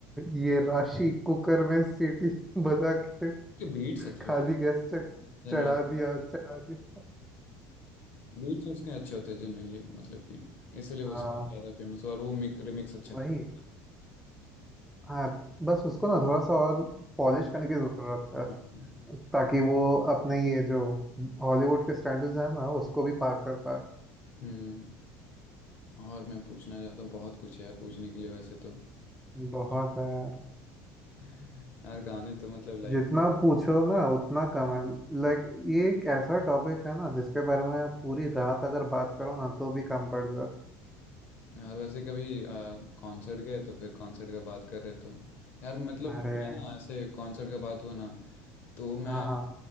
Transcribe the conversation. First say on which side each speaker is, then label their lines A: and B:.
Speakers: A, in the centre; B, on the left (about 40°).
A: ये राशि कुकर में सीटी बजा के
B: उसके बीट्स अच्छे
A: खाली
B: होते
A: गैस से
B: हैं
A: चढ़ा दिया चढ़ा दिया
B: बीट्स उसके अच्छे होते हैं जेनुअनली मतलब कि इसीलिए
A: हाँ
B: वो शायद ज़्यादा फेमस हुआ, और वो रिमिक्स अच्छा करता
A: वही हाँ बस उसको ना थोड़ा सा और पॉलिश करने की जरूरत है
B: है
A: ताकि वो अपने ये जो हॉलीवुड के स्टैंडर्ड्स हैं ना उसको भी पार कर पाए
B: हम्म और मैं पूछना चाहता हूँ बहुत कुछ है यार पूछने के लिए वैसे तो
A: बहुत
B: <laughs>
A: है यार
B: यार गाने तो मतलब लाइक
A: जितना पूछो ना उतना कम है लाइक ये एक ऐसा टॉपिक है ना जिसके बारे में आप पूरी रात अगर बात करो ना तो भी कम पड़ जाए
B: यार वैसे कभी कॉन्सर्ट गए तो फिर कॉन्सर्ट का बात कर रहे तो यार मतलब
A: अरे
B: कि मैं ना ऐसे कॉन्सर्ट का बात हुआ ना तो मैं
A: हाँ हाँ